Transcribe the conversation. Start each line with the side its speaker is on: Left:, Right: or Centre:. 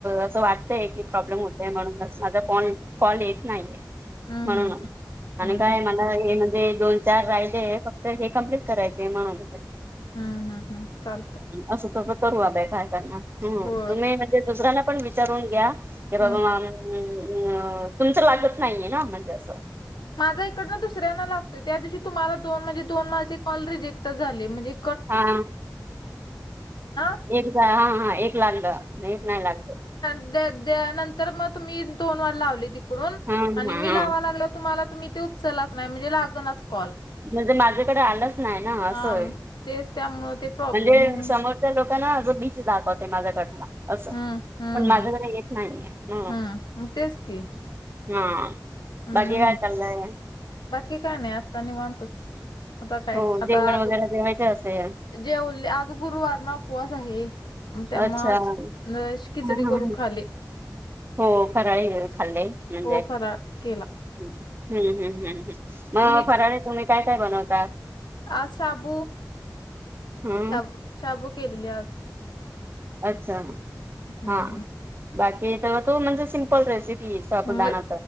Right: असं वाटतय की प्रॉब्लेम होतय म्हणून माझा फोन कॉल येत नाहीये
Left: हम्म
Right: म्हणून
Left: हम्म
Right: आणि
Left: हम्म
Right: काय मला हे म्हणजे दोन चार राहिले फक्त हे कम्प्लीट करायचेय म्हणाले. हम्.
Left: हम्म, हम्म, हम्म चालतं.
Right: असं तसं करू. आत काय करणार?
Left: होय
Right: तुम्ही म्हणजे दुसऱ्याला पण विचारून घ्या. <unintelligible>
Left: हम्म. माझा इकडनं दुसऱ्यांना लागतोय, त्या दिवशी तुम्हाला दोन, म्हणजे दोन, माझे कॉल रिजेक्ट झाले. म्हणजे...
Right: हा
Left: <unintelligible>
Right: एकाद हा, हा एक लागलं, एक नाही लागलं.
Left: त्या त्यानंतर म तुम्ही दोनवेळा लावली तिकडून
Right: हा
Left: आणि
Right: हा
Left: मी
Right: हा
Left: लावा लागलो तुम्हाला ते, तुम्ही तेे उचललाच नाही, म्हणजे लागनाच कॉल.
Right: म्हणजे माझ्याकडे आलंच नाही ना असंय,
Left: हा तेच त्यामुळं ते प्रॉब्लेम
Right: म्हणजे
Left: म्हणून
Right: समोर - लोकांना जो बीचस जातय माझ्याकडला असं
Left: हम्म हम्म
Right: पण माझंकडे
Left: हम्म
Right: येत नाहीये ह
Left: हम्म मग तेच की
Right: हा
Left: म्हणून
Right: बघी काय चाललंय?
Left: बाकी काय नाही आत्ता निवांतच. आता काय
Right: हो
Left: आता
Right: जेवण
Left: आज
Right: वगैरे जेवायाच असेल?
Left: जेवले आज गुरुवार ना उपवास आहे. त्यामुळं
Right: अच्छा
Left: च खिचडी
Right: हा हा
Left: करून
Right: ह
Left: खाली.
Right: हो फराळी खाल्ले म्हणजे
Left: हो फराळ केला
Right: हम्म हम्म हम्म हम् मग
Left: तुम्ही
Right: फराळे तुम्ही काय काय बनवताात?
Left: आज शाबू
Right: हम्म
Left: शाबू शाबू केलेली आज.
Right: अच्छा
Left: हम्म
Right: हा बाकी तेव्हा तू म्हणजे सिम्पल रेसिपी ती साबुदाणा
Left: मग